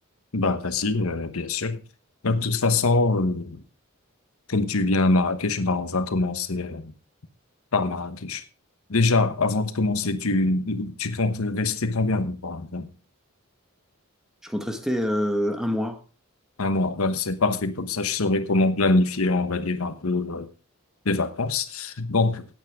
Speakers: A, on the left; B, in the centre.
A: Bah, facile, euh, bien sûr. Bah, de toute façon, euh, comme tu viens à Marrakech, bah, on va commencer euh, par Marrakech. Déjà, avant de commencer, tu, tu comptes rester combien? de temps?
B: Je compte rester euh, un mois.
A: un mois, Bah, c'est parfait, comme ça je saurai comment planifier, on va dire un peu. euh, des vacances. Donc,